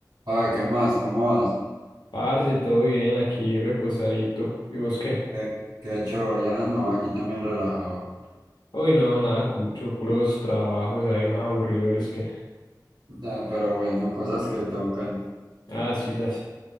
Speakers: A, on the right; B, on the left.
A: Oye, ¿qué más? ¿Cómo vas?
B: Parce, todo bien, aquí reposadito. ¿Y vos qué?
A: ¿Qué, qué ha hecho? Ya no, aquí también relajado.
B: Hoy no, nada cucho, puros trabajos hay más aburridores que.
A: Da- pero bueno, cosas que tocan.
B: Ah, sí, sas.